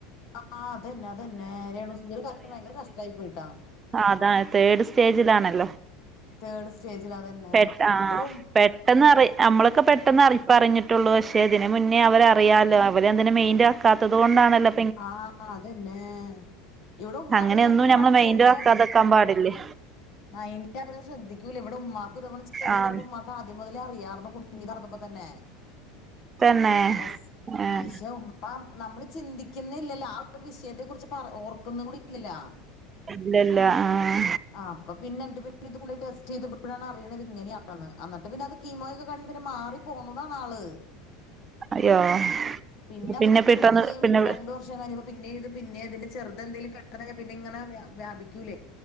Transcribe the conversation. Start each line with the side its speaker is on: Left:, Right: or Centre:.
Left: ആഹ് അതന്നെ അതന്നെ രേണു സുദീടെകാര്യം ഭയങ്കര കഷ്ടമായി പോയിട്ടാ
Right: ആ അതാണ് തേർഡ് സ്റ്റേജിലാണല്ലോ
Left: തേർഡ് സ്റ്റേജിൽ അത്ന്നെ
Right: പെട്ട ആഹ്
Left: ഇവിട
Right: പെട്ടെന്ന് നമ്മളൊക്കെ പെട്ടെന്ന് അറി പറഞ്ഞിട്ടുള്ളൂ പക്ഷെ ഇതിനന് മുന്നേ അവരറിയാാലോ അവര്ന്െ മെയിൻറ ക്കാത്തത്ുകൊണ്ടണല്ലോ
Left: ആഹ അതന്നെ ഇവിടെ ഉമ്മാടെ
Right: അങ്ങനെയൊന്നും
Left: തന്നു ഉമ്മാടെ
Right: ഞമ്മള് മൈന്റ്
Left: ചെറിയ
Right: ആക്കാതെക്കാൻ പാടില്ലേ
Left: മന്റെ അ ശ്രദ്ധിക്കൂല ഇവിടെ ഉമമാക്കും തവ ചെറിയ
Right: ആഹ്
Left: തറ് ഉ്മാക്ക ആദ്യം മുതലേ അറിയാന്ന് കുഞ്ഞി തുറന്നപ്പോ തന്നെ <inaudible>
Right: തന്നെ ഏഹ്
Left: ആ നമ്മള് ചിന്തിക്കുന്ന ഇല്ലല്ലോ ആ ഒരു വിഷയത്തെ കുറിച്ച് ഓർക്കുന്ന കൂടി ഇല്ലല്ല
Right: ഇല്ലല്ല ആഹ
Left: ആ അപ്പ പിന്ന എന്നി് പിന്ന ഇ ടെസ്റ്റ് ചെയ്ത്ഴാണ് അറിയണത് എന്നിട്ട് പിന്ന അത് കീമോയൊക്കെ പിന്നെ മാറി പോന്നതാാണ് ആള്
Right: അയ്യോ
Left: പിന്നെത്
Right: പിന്നെ
Left: കഴിഞ്ഞ
Right: പെട്ടെന്ന്
Left: പിന്നെയും
Right: പിന്നെ
Left: ഇത് രണ്ടു വർഷം ക പിന്നെ ഇത് പിന്നെ അതിന്റെ ചെറു എന്തെലും കണ്ട പിന്നെ വ്യാപിക്കില്ലേ